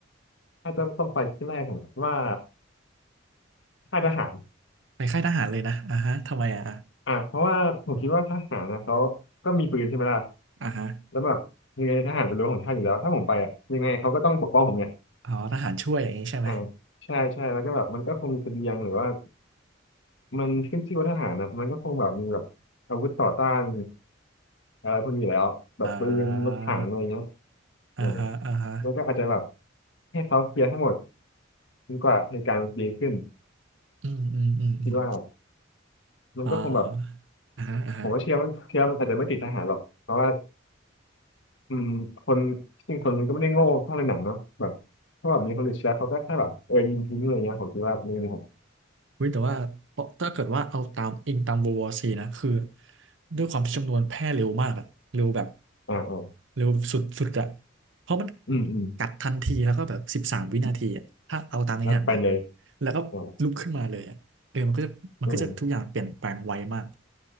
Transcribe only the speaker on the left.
ถ้าจะต้องไปที่แรกผมคิดว่าค่ายทหาร
อ่าเพราะว่าผมคิดว่าทหารนะเขาก็มีปืนใช่ไหมล่ะ
แล้วแบบยังไงทหารเป็นรั้วของชาติอยู่แล้วถ้าผมไปอ่ะยังไงเขาก็ต้องปกป้องผมไง
อ่าใช่ใช่แล้วก็แบบมันก็คงมีเสบียงหรือว่า มันขึ้นชื่อว่าทหารนะมันก็คงแบบมีแบบอาวุธต่อต้านอะไรพวกนี้อยู่แล้วแบบปืนรถถังอะไรเงี้ย
เออ
แล้วก็อาจจะแบบให้เขาเคลียร์ให้หมดจนกว่าเหตุการณ์มันจะดีขึ้น
คิดว่ามันก็คงแบบ
ผมก็เชื่อมันเชื่อมันอาจจะไม่ติดทหารหรอกเพราะว่าอืมคนจริงคนมันก็ไม่ได้โง่เท่าในหนังเนาะแบบถ้าแบบมีคนอื่นเชื่อเขาก็แค่แบบเออยิงทิ้งอะไรเงี้ยผมคิดว่าไม่มผม
อ่าอ่า
อืมอืม
แล้วไปเลย
อ่าอืม